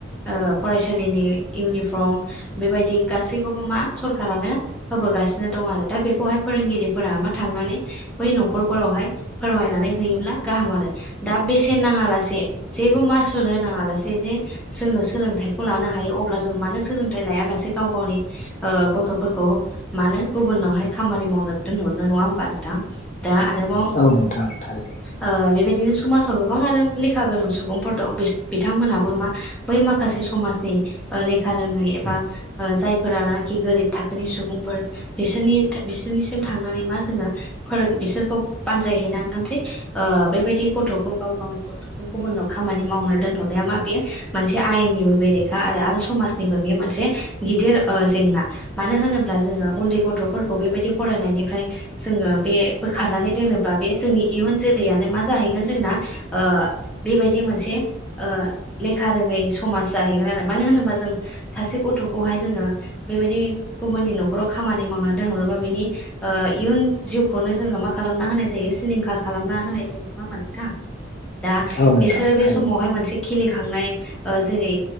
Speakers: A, in the centre; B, on the left.
A: ओ फरायसालिनि इउनिफर्म बेबायदि गासैखौबो मा सरखारानो होबो होगासिनो दं आरो दा बेखौहाय फोरोंगिरिफोरा मा थांनानै बै न'खरफोरावहाय फोरमायनानै होयोब्ला गाहाम आरो दा बेसेन नाङालासे जेबो मा मासुल होनाङा लासे जे जोङो सोलोंथाइखौ लानो हायो अब्ला जों मानो सोलोंथाइ लाया लासे गाव गावनि ओ गथ'फोरखौ मानो गुबुनावहाय खामानि मावनो दोनहरनो नङा होमबा नोंथां। दा आरोबाव
B: औ नोंथां थारैनो
A: ओ बेबायदि बिदिनो समाजाव गोबां आरो लेखा गोरों सुबुंफोर दं बिसो बिथांमोनाबो मा बै माखासे समाजनि ओ लेखा रोङै एबा ओ जायफोरानखि गोरिब थाखोनि सुबुंफोर बिसोरनि बिसोरनिसिम थांनानै मा जोङो फोरों। बिसोरखौ बानजायहैनांगोन जे ओ बेबायदि गथ'खौ गाव गावनि गथ'खौ गुबुननाव खामानि माव हरनाया बे मोन आयनिबो बेरेखा आरो समनिबो बे मोनसे गिदिर ओ जेंना मानो होनोब्ला जोङो उन्दै गथ'फोरखौ बेबायदि फरायनायनिफ्राय जोङो बे बोखारनानै दोनोबा बे जोंनि इयुन जोलैयानो मा जाहैगोन जोंना ओ बेबायदि मोनसे ओ लेखा रोङै समाज जाहैगोन आरो मानो होनोबा जों सासे गथ जोङो बेबायदि गुबुननि न'खराव खामानि मावनो दोनहरोबा बिनि इउ जिउ खौनो जोङो मा खालामना होनाय जायो सिलिंखार खालामना होनाय जायो। नङाहोनबा नोंथां दा
B: औ नोंथां
A: बिसोरो बे
B: थारैनो
A: समावहाय मोनसे खिलि खनाय ओ जेरै